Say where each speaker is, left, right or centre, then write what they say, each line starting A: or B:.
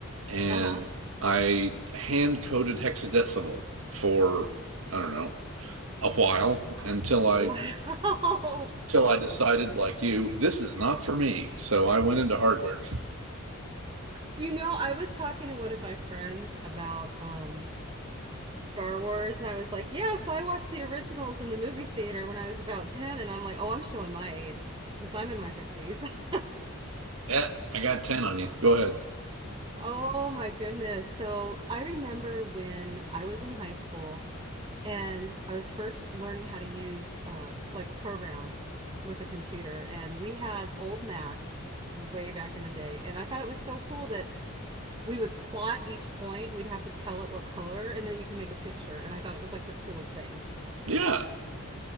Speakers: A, on the right; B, on the right.
A: and
B: Uh-huh. <laughs>
A: I hand coded hexadecimal for I don't know a while until I
B: Wow.
A: until I decided like you this is not for me. So I went into hardware.
B: You know, I was talking to one of my friends about um Star Wars and I was like, "Yeah, so I watched the originals in the movie theater when I was about 10." And I'm like, "Oh, I'm showing my age because I'm in my fifties." <laughs>
A: Eh, I got 10 on you. Go ahead.
B: Oh my goodness. So, I remember when I was in high school and I was first learning how to use uh, like program with a computer, and we had old Macs way back in the day, and I thought it was so cool that we would plot each point. We'd have to tell it what color, and then you can make a picture, and I thought it was like the coolest thing.
A: Yeah,